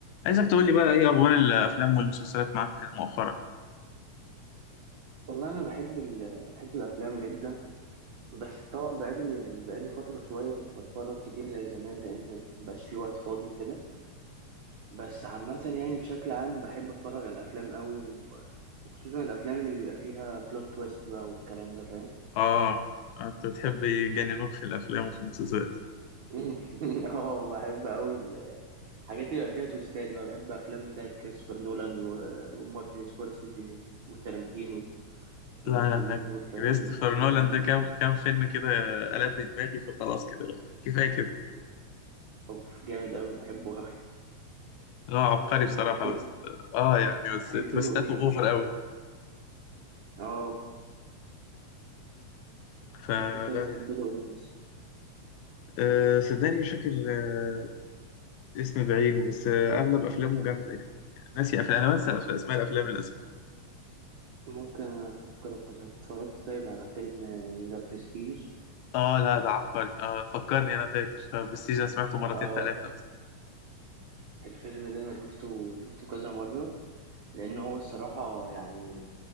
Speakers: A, on the left; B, on the right.
A: عايزك تقول لي بقى ايه اخبار الافلام والمسلسلات معاك مؤخرا
B: والله انا بحب ال... بحب الافلام جدا بس طبعا بقالي يعني بقالي فتره شويه مش بتفرج كتير زي زمان لان مبقاش في وقت فاضي وكده بس عامه يعني بشكل عام بحب اتفرج على الافلام قوي و... وخصوصا الافلام اللي بيبقى فيها بلوت تويست بقى والكلام ده فاهم
A: اه انت بتحب يجننوك في الافلام وفي المسلسلات
B: <laughs> اه بحب قوي الحاجات اللي بيبقى فيها تويستات بقى بحب افلام بتاعت كريستوفر نولان و... ومارتن سكورسيزي و... وتارانتينو والمخرجين
A: لا انا
B: دول فاهم
A: كريستوفر
B: افلامهم
A: نولان
B: جامده
A: ده كام كام فيلم كده قلب لي دماغي فخلاص كده كفايه كده
B: اوف جامد قوي بحبه قوي
A: لا عبقري
B: بتحب
A: بصراحه بس اه يعني
B: بتحب
A: بس تويستاته
B: له ايه
A: اوفر قوي
B: اه
A: فلا
B: انت بتحب
A: يعني
B: له ايه مثلا
A: آه صدقني مش فاكر آه اسم بعينه بس آه اغلب افلامه جامده يعني ناسي افلام انا بنسى أفلام- اسماء الافلام للاسف
B: ممكن افكرك مثلا اتفرجت طيب على فيلم ذا برستيج
A: اه لا ده عبقري آه فكرني انا فاكر آه برستيج انا سمعته مرتين
B: اه
A: ثلاثه
B: الفيلم ده انا شفته شفته كذا مرة لان هو الصراحة يعني